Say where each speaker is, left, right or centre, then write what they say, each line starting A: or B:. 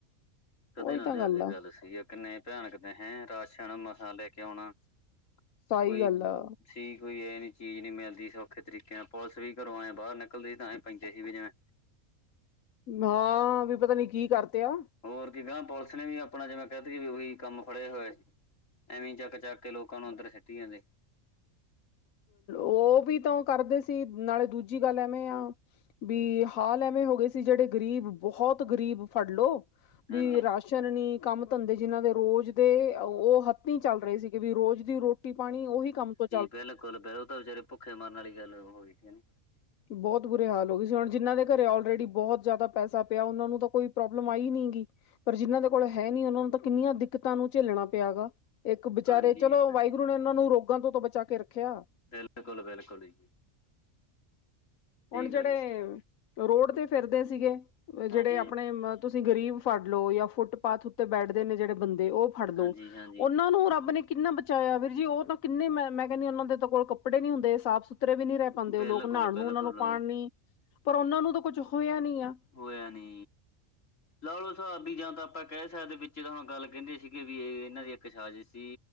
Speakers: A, on the left; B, on the left.
A: ਕਦੇ
B: ਉਹੀ
A: ਨਾ
B: ਤਾਂ
A: ਲਿਆਵੇ
B: ਗੱਲ ਆ
A: ਗਾੱਲ ਸਈ ਆ, ਕਿੰਨੇ ਭਿਆਨਕ ਨੇ ਹੈਂ ਰਾਸ਼ਨ ਮਸਾਂ ਲੈ ਕੇ ਓਣਾ।
B: ਸਹੀ
A: ਕੋਈ
B: ਗੱਲ ਆ
A: ਕਿ ਕੋਈ ਐ ਨੀ ਚੀਜ਼ ਨੀ ਮਿਲਦੀ ਸੌਖੇ ਤਰੀਕੇ ਨਾਲ, ਪੁਲਸ ਵੀ ਘਰੋਂ ਆਯਾਂ ਬਾਰ ਨਿਕਲਦੇ ਸੀ ਤਾਂਂ ਐਹੈਂ ਪੈਂਦੇ ਸੀ ਵੀ ਜਿਵੇਂ
B: ਨਾ ਵੀ ਪਤਾ ਨੀ ਕੀ ਕਾਰਤੇ ਆ
A: ਹੋਰ ਕੀ ਗਾਂ ਪੁਲਸ ਨੇ ਵੀ ਅਪਣਾ ਜਿਵੇਂ ਕੈ ਤੀਏ ਓਈ ਕਾੰਮ ਫੜੇਆ ਹੋਏਆ ਸੀ। ਐਵੇਂ ਚਾੱਕ ਚਾੱਕ ਕੇ ਲੋਕਾਂ ਨੂੰ ਅੰਦਰ ਸਿੱਟੀ ਜਾਂਦੇ ਸੀ।
B: ਓ ਵੀ ਤਾ ਓ ਕਾਰਦੇ ਸੀ, ਨਾਲੇ ਦੂਜੀ ਗਾੱਲ ਐਵੇਂ ਆ ਵੀ ਹਾਲ ਐਵੇਂ ਹੋ ਗੇ ਸੀ ਜੇੜੇ ਗਰੀਬ ਬੋਹੋਤ ਗਰੀਬ ਫਾੜ ਲੋ,
A: ਹਾਂਜੀ
B: ਵੀ ਰਾਸ਼ ਟੇਂਸ਼ਨ ਨੀ, ਕਾੱਮ ਧੰਦੇ ਜਿਨਾਂ ਦੇ ਰੋਜ਼ ਦੇ ਅ ਓ ਹੱਥੀ ਚੱਲ ਰੇ ਸੀਗੇ ਵੀ ਰੋਜ਼ ਦੀ ਰੋ ਰੋਟੀ, ਪਾਨੀ ਓਈ ਕਾੰਮ ਤੋ
A: ਬਿਲਕੁਲ-ਬਿਲ ਓ ਤਾ ਵਿਚਾਰੇ ਭੁੱਖੇ ਮਰਨ ਆਲੀ ਗਾੱਲ ਹੋਗੀ ਸੀ
B: ਬੋਤ ਬੁਰੇ ਹਾਲ ਹੋ ਗੇ ਸੀ। ਹੁਨ ਜਿਨਾਂ ਦੇ ਘਰੇ ਓਲਰੇਡੀ ਬੋਤ ਜਾਦਾ ਪੈਸਾ ਪੇਆ ਓਨਾਂ ਨੂੰ ਤਾਂ ਕੋਈ ਪ੍ਰੋਬਲਮ ਆਈ ਨੀ ਗੀ। ਪਰ ਜਿਨਾਂ ਦੇ ਕੋਲ ਹੈ ਨੀ ਓਨਾਂ ਨੂੰ ਤਾਂ ਕਿੰਨੀਆਂ ਦਿੱਕਤਾਂ ਨੂੰ ਝੇਲਣਾ ਪੇਆ ਹੈਗਾ। ਏੱਕ ਬੇਚਾਰੇ
A: ਹਾਂਜੀ
B: ਚਲੋ
A: ਹਾਂਜੀ
B: ਵਾਏਗੁਰੂ ਨੇ ਓਨਾਂ ਨੂੰ ਰੋਗਾਂ ਤੋਂ ਤਾਂ ਬਚਾ ਕੇ ਰੱਖੇਆ।
A: ਬਿਲਤਕੁਲ-ਬਿਲਕੁਲ ਈ।
B: ਹੁਣ ਜੇੜੇ
A: ਗੱਲ
B: ਰੋਡ ਤੇ ਫਿਰਦੇ ਸੀਗੇ,
A: ਹਾਂਜੀ,
B: ਜੇੜੇ ਆਪਣੇ ਮ ਤੁਸੀਂ ਗ਼ਰੀਬ ਫਾੜ ਲੋ ਯਾ ਫੁੱਟਪਾਥ ਉੱਤੇ ਬੈਠਦੇ ਨੇ ਜੇੜੇ ਬੰਦੇ ਓ ਫਾੜ ਲੋ,
A: ਹਾਂਜੀ, ਹਾਂਜੀ
B: ਓਨਾਂ ਨੂੰ ਰਾੱਬ ਨੇ ਕਿੰਨਾ ਬਚਾਯਾ, ਵੀਰ ਜੀ ਓ ਤਾਂ ਕਿੰਨੇ ਮੈਂ ਮੈਂ ਓਨਾਂ ਦੇ ਤਾਂ ਕੋਲ ਕੱਪੜੇ ਨੀ ਹੁੰਦੇ ਸਾਫ਼ ਸੁਥਰੇ ਵੀ ਨੀ ਰੈ ਪਾਦੇਂ
A: ਬਿਲਕੁਲ,
B: ਉਹ ਲੋਕ, ਨਹਾਉਣ
A: ਬਿਲਕੁਲ
B: ਨੂੰ ਓਨਾਂ ਨੂੰ ਪਾਨੀ ਪਰ ਓਨਾਂ ਨੂੰ ਤਾਂ ਕੋਛ ਹੋਯਾ ਨੀਂ ਆ।
A: ਹੋਯਾ ਨੀ ਲਾਲੋ ਸਾਬ ਵੀ ਜਾਂ ਤਾਂ ਆਪਾਂ ਕੈ ਸਕਦੇ ਵਿੱਚ ਤਾਂ ਹੁਣ ਗੱਲ ਕੈਂਦੇ ਸੀਗੇ ਵੀ ਏ ਏਨਾਂ ਦੀ ਇੱਕ ਸਾਜ਼ਿਸ਼ ਸੀ